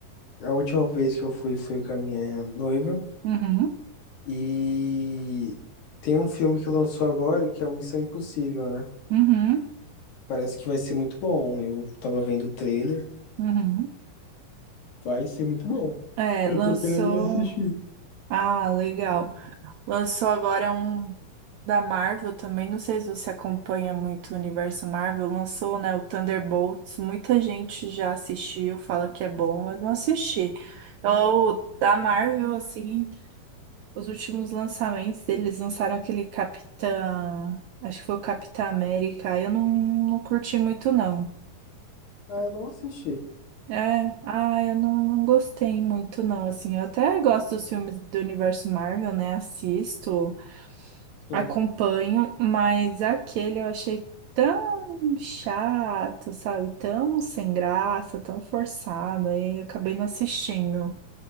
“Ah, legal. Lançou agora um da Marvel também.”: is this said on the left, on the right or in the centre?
Right